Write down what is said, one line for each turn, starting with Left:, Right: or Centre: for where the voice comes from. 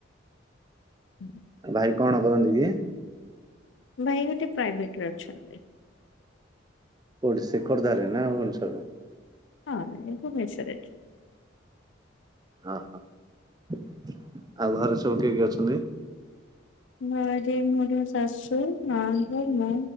Left: <inaudible>
Right: ଭାଇ କଣ କରନ୍ତି କି?
Left: ଭାଇ ଗୋଟେ ପ୍ରାଇଭେଟ୍ ରେ ଅଛନ୍ତି।
Right: କୋଉଠି ସେ ଖୋର୍ଦ୍ଧା ରେ ନା ଭୂବନେଶ୍ବର ରେ?
Left: ହଁ ନାଇଁ ଏ ଭୁବନେଶ୍ୱର ରେ।
Right: ଅହଃ ଆଉ ଘରେ ସବୁ କିଏ କିଏ ଅଛନ୍ତି?
Left: ଘରେ ମୋର ଶାଶୁ ନଣନ୍ଦ ମୁଁ